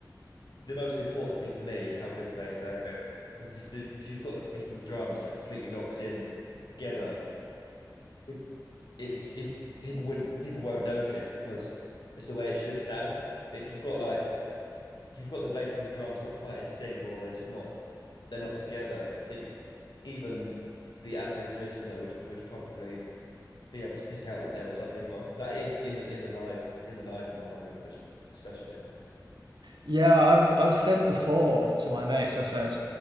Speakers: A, on the left (about 70°); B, on the right (about 85°).
A: the most important thing for me is how good the bass player is. Because if, the, if you've got the bass and the drums like completely locked in together, it, it is people wouldn't people won't notice because it's the way it should sound. But if you've got like if you've got the bass and the drums not quite in sync or they're just not they're not together, I think even the average listener would would probably be able to pick out that there was something wrong. That in in the- in the live in the live environment for especially.
B: yeah, I've I've said before to my mates, I said,